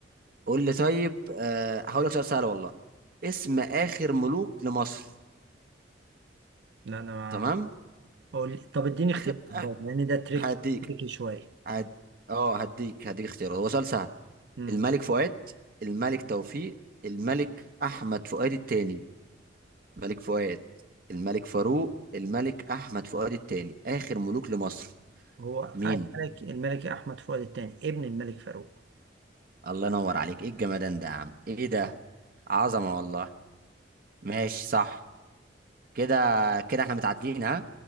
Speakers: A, on the right (about 50°); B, on the right (about 65°).
A: قول لي طيب آه، هقول لك سؤال سهل والله اسم اخر ملوك لمصر
B: لا أنا ما
A: تمام
B: أقول طب اديني اختيار
A: اخر
B: برضه،
A: أ-
B: لأن ده تريك
A: هديك
B: تريكي شويه
A: هد... اه هديك هديك اختيارات هو سؤال سهل
B: مم.
A: الملك فؤاد الملك توفيق الملك احمد فؤاد الثاني ملك فؤاد الملك فاروق الملك احمد فؤاد الثاني اخر ملوك لمصر
B: هو
A: مين
B: الملك الملك أحمد فؤاد الثاني ابن الملك فاروق
A: الله ينور عليك ايه الجمدان ده يا عم ايه ده عظمه والله ماشي صح كده كده احنا متعادلين ها